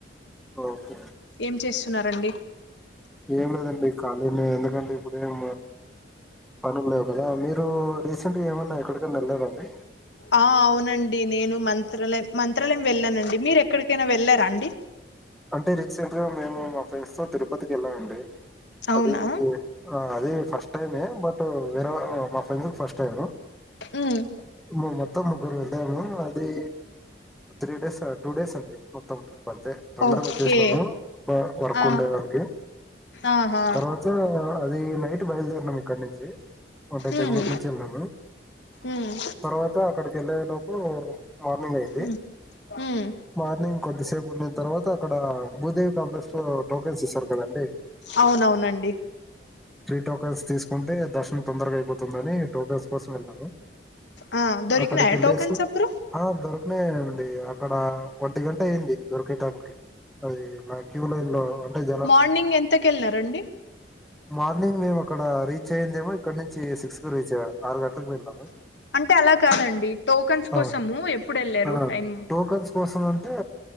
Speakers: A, in the centre; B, on the left (about 70°).
A: ఓకే
B: ఏం చేస్తున్నారండి
A: ఏం లేదండి ఖాళీనే ఎందుకంటే ఇప్పుడు ఏం పనులు లేవు కదా మీరు రీసెంట్ గా ఏమన్నా ఎక్కడికనా వెళ్ళదండి
B: ఆ అవునండి నేను మంత్రాలయం మంత్రాలయం వెళ్ళానండి మీరు ఎక్కడికైనా వెళ్ళారా అండి
A: అంటే రిక్సెంట్ గా మేము మా ఫ్రెండ్స్ తో తిరుపతికి వెళ్ళామండి
B: అవునా
A: అది అది ఫస్ట్ టైమే బట్టు వేర మా ఫ్రెండ్స్ కి ఫస్ట్ టైమ్
B: ఉమ్
A: మ మొత్తం ముగ్గురు వెళ్ళాము అది త్రీ డేస్ టూ డేస్ అండి మొత్తం ట్రిప్ అంతే తొందరగా
B: ఓకే
A: వచ్చేసినాము వర్క్
B: ఆ
A: ఉండేదానికి
B: ఆహా
A: తర్వాత అది నైట్ బయలుదేరినాం ఇక్కడ నుంచి అంటే బెంగళూరు
B: ఉమ్
A: నుంచి వెళ్ళాము
B: ఉమ్
A: తర్వాత అక్కడికి వెళ్ళే లో ఓ మార్నింగ్ అయితే
B: ఉమ్ ఉమ్
A: మార్నింగ్ కొద్దిసేపు ఉనం తరువాత అక్కడ భూదేవి కాంప్లెక్స్ లో టోకెన్స్ ఇస్తారు కదండి
B: అవునవునండి
A: టోకన్స్ తీసుకుంటే దర్శనం తొందరగా అయిపోతుందని టోకెన్స్ కోసం వెళ్ళాము
B: ఆ దొరికినాయా
A: అక్కడికి వెళ్లేసి
B: టోకన్స్ అప్పుడు
A: హదో నే అడి అక్కడ ఒంటి గంట అయ్యంది దొరికేటప్పుడికి అది క్యూ లైన్ లో అంటే జనం
B: మార్నింగ్ ఎంతకెళ్ళినారండి
A: మార్నింగ్ మేము అక్కడ రీచ్ అయ్యిందేమో ఇక్కడ నుంచి సిక్స్ కి రీచ్ అయము ఆరు గంటలకు వెళ్ళాము
B: అంటే అలా కాదండి టోకన్స్
A: హ
B: కోసము ఎప్పుడు వెళ్ళారు
A: హ
B: టైమ్
A: టోకన్స్ కోసం అంటే